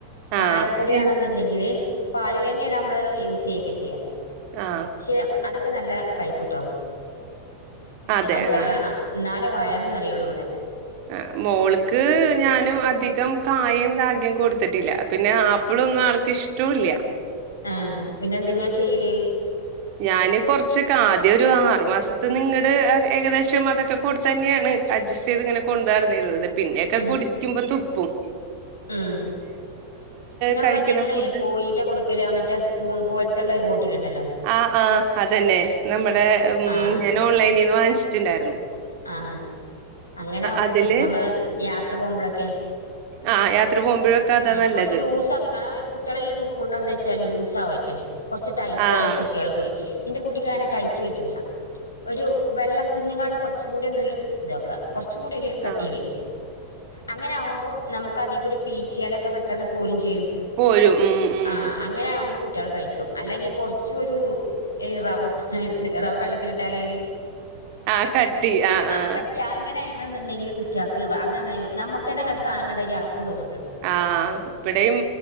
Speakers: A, on the left; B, on the right.
A: കായപ്പൊടിയാണെന്ന്ണ്ടെങ്കില്
B: ആ ഈ
A: ഇതന്നെ നമ്മള് യൂസ് ക്കെ ചെയ്യാ
B: ആ
A: <unintelligible> അതൊക്കെ നല്ല കഴിക്കുട്ടോ
B: അതെ
A: അത് വേണം
B: ആ
A: ഇന്നാൽ ല്ല വയറ് നെറയുള്ളൂ ഇവിടെ
B: അ മോൾക്ക് ഞാനു അധികം കായേം റാഗിം കൊട്ത്തിട്ടില്ല പിന്നെ ആപ്പിളൊന്നും ആൾക്ക് ഇഷ്ടൂല്ല
A: ആ പിന്നെന്തെ ങ്ങള് ചെയ്യല്
B: ഞാന് കൊറച്ചൊക്കെ ആദ്യ ഒരു ആറു മാസത്ത്ന്ന്ങ്ങട് ഏകദേശം അതൊക്കെ കൊടുത്തന്നെയാണ് അഡ്ജസ്റ്റ്യ്ത്ങ്ങനെ കൊണ്ടടന്നിട്ന്നത് പിന്നെയൊക്കെ
A: ഉം
B: കുടിക്കുമ്പ തു പ്പും
A: ഉം ങ്ങളെ
B: കഴിക്കുന്ന
A: മറ്റേ ഇങ്ങളെ
B: ഫുഡ്
A: കോരീറ്റ കൊടുക്കല് മറ്റേ സ്പൂൺ പോലത്തുള്ളരു ബോട്ടില്ണ്ടല്ലോ
B: ആഹ് ആഹ് അതന്നെ നമ്മ ടെ ഊം
A: ആഹ്
B: ഞാൻ ഓൺലൈനി വാങ്ച്ചിട്ടുണ്ടാരുന്നു
A: ആഹ് അങ്ങനെയാകുമ്പോ
B: അതില്
A: പ്രശ്നം ഞമ്മള് യാത്ര പോകുമ്പോളൊക്കെ
B: ആ യാത്ര പോകുമ്പോഴൊക്കെ അതാ
A: ആ
B: നല്ലത്
A: കൊറച്ച് ലൂസാക്കി കാരണം കുട്ടിയാള് ഈ തുപ്പുണ്ട് എന്ത വെച്ചാ ലൂസ ആവയ്റ്റ കൊറച്ച് ടൈറ്റ് റ്റായ
B: ആഹ്
A: കുട്ടിയാള് കുടി ന്റെ കുട്ടിക്ക് അങ്ങനെ ടൈറ്റ് പറ്റൂല ഒരു വെള്ളത്തിന്നിങ്ങാട് കൊറച്ചും കൂടി ഒന്ന് ഇതൊക്ക കൊറച്ചും കൂടി ഒരു കട്ടിയില്
B: ആഹ്
A: അങ്ങനെ ആകുമ്പോ നമക്ക് അതികൂടി പീ ച്ചിയാലൊക്കെ പെട്ടെന്ന് പോരും ചെയ്യും
B: പോരും ഉം ഉം
A: ആ അങ്ങനെ ആകുമ്പോ കു കുട്ടിയാള് കഴിക്കും അല്ലെങ്കിൽ കുറച്ചൊരു റവ റവ വെള്ളത്തിലിട്ടല്ലെ ഒരു
B: ആഹ് കട്ടി ആഹ്
A: ആ
B: ആഹ്
A: കട്ടിയ അങ്ങനെ അങ്ങനെന്നുണ്ടെങ്കിൽ കുട്ടിയാക്ക് അതാണ് നമ്മക്ക്ന്നെ അങ്ങനത്തെ സാധനം കണ്ട യ്ഞ്ഞാ അറപ്പ് തോന്നോലോ
B: ആ ഇവടെയും